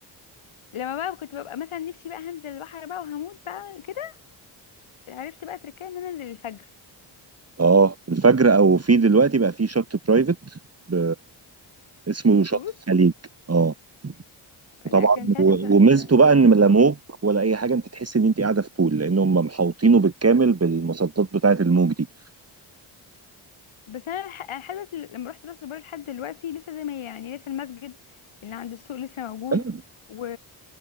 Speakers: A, on the left; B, on the right.
A: لما بقى كنت ببقى مثلا نفسي بقى هنزل البحر بقى وهموت بقى كده عرفت بقى تركيا ان انا انزل الفجر
B: اه الفجر او في دلوقتي بقى في شط برايفت ب... اسمه
A: بفلوس
B: شط الخليج اه وطبعا
A: لا كانت ساعتها
B: و-
A: مش عارفة.
B: وميزته بقى ان لا موج ولا اي حاجه انت تحس ان انت قاعده في بول لان هم محوطينه بالكامل بالمصدات بتاعه الموج دي
A: بس انا الح- لحد دلوقتي لما رحت راس البر لحد دلوقتي لسه زي ما هي يعني لسه المسجد اللي عند السوق لسه موجود
B: أيوة،
A: و...